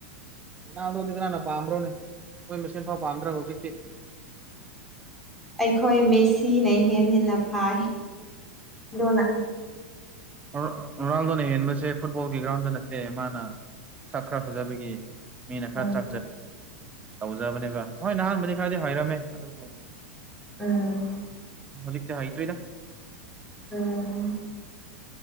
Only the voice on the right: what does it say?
ꯄꯦꯅꯥꯜꯗꯣꯗꯤ ꯀꯅꯥꯅ ꯄꯥꯝꯕ꯭ꯔꯣꯅꯦ ꯃꯣꯏ ꯃꯁꯦꯟꯐꯥꯎ ꯄꯥꯝꯗ꯭ꯔꯥ ꯍꯧꯖꯤꯛꯇꯤ꯫
ꯔꫭ ꯔꯣꯅꯥꯜꯗꯣꯅ ꯍꯦꯟꯕꯁꯦ ꯐꯨꯠꯕꯣꯜꯒꯤ ꯒ꯭ꯔꯥꯎꯟꯗ ꯅꯠꯇꯦ ꯃꯥꯅ ꯁꯛ ꯈ꯭ꯔ ꯐꯖꯕꯒꯤ ꯃꯤꯅ
ꯈꯔ ꯆꯥꯛꯖ ꯇꯧꯖꯕꯅꯦꯕ ꯍꯣꯏ ꯅꯍꯥꯟꯕꯨꯗꯤ ꯈꯔꯗꯤ ꯍꯥꯏꯔꯝꯃꯦ ꯑꯗꯨꯕꯨ
ꯍꯧꯖꯤꯛꯇꯤ ꯍꯥꯏꯇꯔꯤꯗ꯫